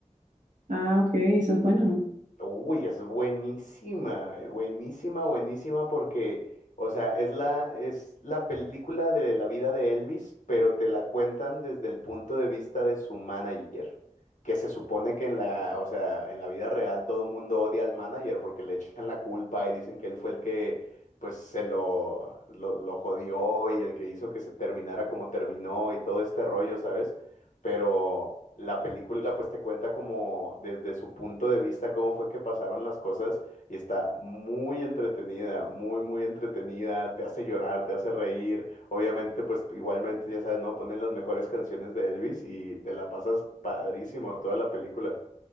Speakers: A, on the right; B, on the left.
A: Ah, ok, esa es buena,
B: Uy, es buenísima, eh, buenísima, buenísima porque, o sea, es la, es la película de la vida de Elvis, pero te la cuentan desde el punto de vista de su manager, que se supone que en la, o sea, en la vida real todo mundo odia al manager porque le echan la culpa y dicen que él fue el que, pues, se lo, lo, lo jodió y el que hizo que se terminara como terminó y todo este rollo, ¿sabes? pero la película pues te cuenta como desde su punto de vista cómo fue que pasaron las cosas y está muy entretenida, muy, muy entretenida, te hace llorar, te hace reír, obviamente pues igualmente ya sabes, ¿no? Ponen las mejores canciones de Elvis y te la pasas padrísimo toda la película.